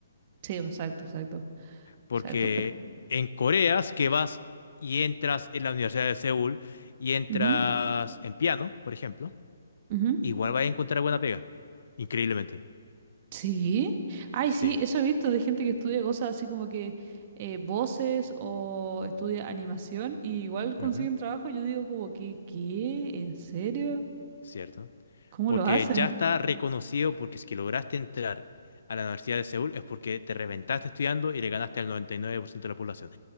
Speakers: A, on the right (about 35°); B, on the left (about 65°).
A: Sí, exacto, exacto,
B: porque
A: exacto. Pero,
B: en Corea es que vas y entras en la Universidad de Seúl y entras
A: ujú,
B: en piano, por ejemplo,
A: ujú.
B: igual vas a encontrar buena pega, increíblemente.
A: Sí, ay,
B: Sí,
A: sí, eso he visto de gente que estudia cosas así como que eh, voces o estudia animación y igual consiguen
B: ujú,
A: trabajo. Yo digo como que, ¿qué? ¿En serio?
B: cierto.
A: ¿Cómo
B: Porque
A: lo hacen?
B: ya está reconocido porque es que lograste entrar a la Universidad de Seúl es porque te reventaste estudiando y le ganaste al 99% de la población.